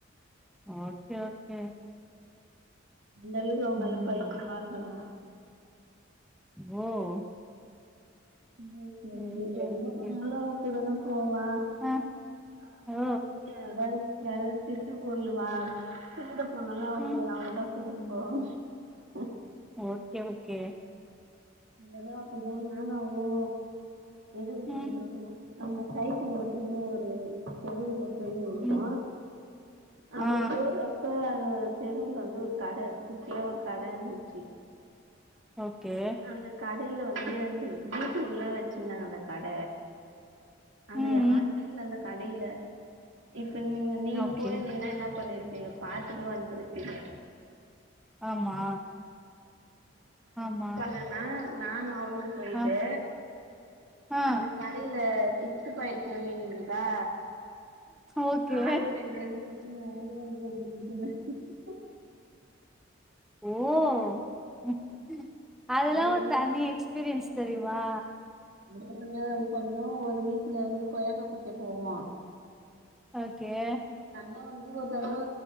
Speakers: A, in the centre; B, on the right.
A: ஓகே ஓகே
B: அந்தளவுகு அவ மேல
A: ம்
B: பைத்திமா இந்த நானு
A: ஓ
B: சின்ன வயசுலருந்தே
A: ஓகே
B: என்ன
A: ஓகே
B: பண்ணாலு அவ் கூடதா போவ
A: ஆ
B: <unintelligible>
A: ஓ
B: ஏதாது திருட்டு பொருள் வா திருடு போனாலும் அவுங்ள
A: ம்
B: அவுங்ட குடும்பொ ம்
A: ஓகே ஓகே
B: ஒருதடவ அப்டிதா நானு அவளு இதுக் போயிட்ருந்தோ
A: ம்
B: ஆமா சைக்கிள் ஓட்டி இன்னும் ஒரு தெருவுல செய்யனுமா
A: ம்
B: அப்ப
A: ஆ
B: போரு இப்ப அந்த தெருவுல வந்து ஒரு கட குட்டியா ஒரு கட இருந்துச்சு
A: ஓகே
B: அந்த கடையில வந்து அந்த வீட்டுக்குள்ள வச்சிருந்தாங்க அந்த கட அங்க
A: ம்
B: யாருமே
A: ம்
B: இல்ல அந்த கடையில இப்ப நீ நீங்க
A: ஓகே
B: போயிருந்தீங்கன்னா என்ன பண்ணிரு பீங்க பாத்துட்டு வந்துருக்கீங்க
A: ஆமா ஆமா
B: பனா நானும் அவளும் போய்ட்டு
A: ஆ ஆ
B: அந்த கடையில சிப்ஸ் பாக்கெட் வாங்கி இருந்ததா
A: ஓகே
B: ஆளுக்கு ரெண்டு ரெண்டு சிப் ச்சு <unintelligible>
A: ம் ம் ம் அதெல்லா
B: அதே மாரி
A: ஒரு தனி எக்ஸ்பீரியன்ஸ் தெரியுமா
B: அதுக் அற மண் நேரம் பண்ணொ ஒரு வீட்டுல வந்து கொய்யாக்கா பறிக்க போவான்
A: ஓகே
B: நா வந்து ஒரு தடவ